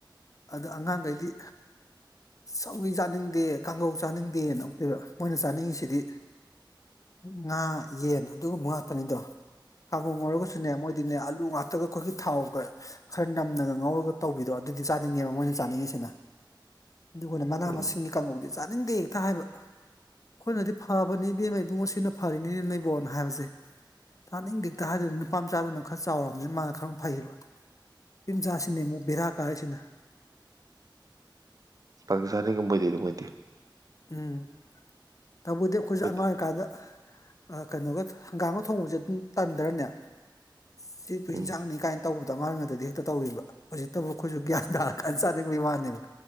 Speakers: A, on the left; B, on the right.
A: ꯑꯗ ꯑꯉꯥꯡꯈꯩꯗꯤ ꯆꯧꯤ ꯆꯥꯅꯤꯡꯗꯦ ꯀꯥꯡꯒꯧ ꯆꯥꯅꯤꯡꯗꯦꯅꯛꯇ ꯃꯣꯏꯅ ꯆꯥꯅꯤꯡꯉꯤꯁꯤꯗꯤ ꯉꯥ ꯌꯦꯟ ꯑꯗꯨꯒꯨꯝꯕ ꯉꯥꯛꯇꯅꯤꯗꯣ ꯀꯥꯡꯥꯒꯣꯡ ꯑꯣꯏꯔꯒꯁꯨꯅꯦ ꯃꯣꯏꯗꯤꯅꯦ ꯑꯥꯂꯨ ꯉꯥꯛꯇꯒ ꯑꯩꯈꯣꯏꯒꯤ ꯊꯥꯎꯒ ꯈꯔ ꯅꯝꯅꯒ ꯉꯧꯔꯒ ꯇꯧꯕꯤꯗꯣ ꯑꯗꯨꯗꯤ ꯆꯥꯅꯤꯡꯉꯦꯕ ꯃꯣꯏꯅ ꯆꯥꯅꯤꯡꯉꯤꯁꯤꯅ ꯑꯗꯨꯒꯅ ꯃꯅꯥ
B: ꯎꯝ
A: ꯃꯁꯤꯡꯒꯤ ꯀꯥꯡꯍꯧꯖꯦ ꯆꯥꯅꯤꯡꯗꯦ ꯍꯦꯛꯇ ꯍꯥꯏꯕ ꯑꯩꯈꯣꯏꯅꯗꯤ ꯐꯕꯅꯤ ꯏꯕꯦꯝꯃ ꯏꯕꯨꯡꯉꯣ ꯁꯤꯅ ꯐꯔꯤꯅꯤꯅꯦ ꯅꯣꯏꯕꯣꯅ ꯍꯥꯏꯕꯁꯦ ꯇꯥꯅꯤꯡꯗꯦ ꯍꯦꯛꯇ ꯍꯥꯏꯗꯣꯏꯅꯦ ꯅꯨꯄꯥ ꯃꯆꯥꯗꯨꯅ ꯈꯔ ꯆꯥꯎꯔꯕꯅꯤꯅ ꯃꯥꯅ ꯈꯔ ꯐꯩꯌꯦꯕ ꯅꯨꯄꯤꯝ ꯆꯥꯁꯤꯅꯦ ꯑꯃꯨꯛ ꯕꯦꯔꯥ ꯀꯥꯔꯤꯁꯤꯅ
B: <unintelligible> ꯉꯝꯃꯣꯏꯗꯣꯏꯅꯤ ꯃꯣꯏꯗꯤ
A: ꯎꯝ ꯇꯧꯕꯨꯗꯤ ꯑꯩꯈꯣꯏꯁꯨ
B: ꯃꯣꯏꯗꯤ
A: ꯑꯉꯥꯡ ꯑꯣꯏꯀꯥꯟꯗ ꯑ ꯀꯩꯅꯣꯒ ꯍꯪꯒꯥꯝꯒ ꯊꯣꯡꯕꯖꯦ ꯑꯗꯨꯝ ꯇꯟꯗꯔꯅꯦ ꯁꯤꯕꯨ
B: ꯎꯝ
A: ꯏꯟꯖꯥꯡꯅꯤ ꯀꯥꯏꯅ ꯇꯧꯕꯗꯣ ꯑꯉꯥꯡ ꯑꯣꯏꯔꯤꯉꯩꯗꯗꯤ ꯍꯦꯛꯇ ꯇꯧꯋꯦꯕ ꯍꯧꯖꯤꯛꯇꯕꯨ ꯑꯩꯈꯣꯏꯁꯨ ꯒ꯭ꯌꯥꯟ ꯇꯥꯔꯀꯥꯟ ꯆꯥꯅꯤꯡꯕꯩ ꯋꯥꯅꯦꯕ